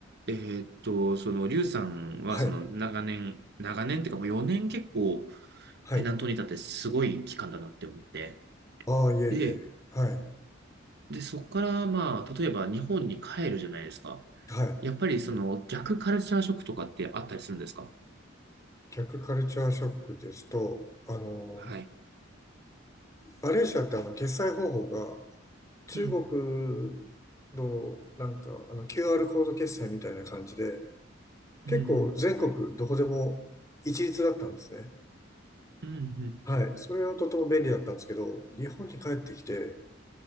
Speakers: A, on the right; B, on the left.
A: えーっと、その、リュウさんは、
B: はい、
A: その、長年、長年っていうか、もう4年結構、
B: はい。
A: ペナントに立ってすごい期間だなって思って。
B: ああ、いえいえ。
A: で、
B: はい、
A: で、そこから、まあ、例えば日本に帰るじゃないですか。
B: はい。
A: やっぱり、その、逆カルチャーショックとかってあったりするんですか
B: 逆カルチャーショックですと、あの、
A: はい。
B: マレーシアってあの、決済方法が中国のなんか、
A: うん。
B: あの、QR コード決済みたいな感じで、結構全国どこでも一律だったんですね。
A: うん、うん。うん、うん。
B: はい。それはとても便利だったんですけど、日本に帰ってきて、